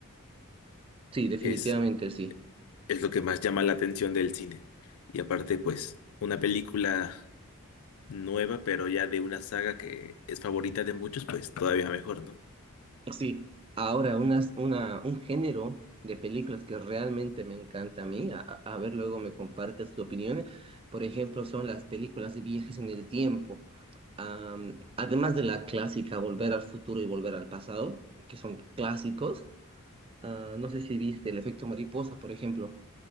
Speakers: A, on the right; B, on the left.
A: Sí, definitivamente
B: es,
A: sí.
B: es lo que más llama la atención del cine. Y aparte, pues, una película nueva, pero ya de una saga que es favorita de muchos, pues todavía mejor, ¿no?
A: Sí, ahora unas- una, un género de películas que realmente me encanta a mí, a, a ver luego me compartes tu opinión, por ejemplo, son las películas de viajes en el tiempo, Am, además de la clásica Volver al futuro y Volver al pasado, que son clásicos, ah, no sé si viste El efecto mariposa, por ejemplo,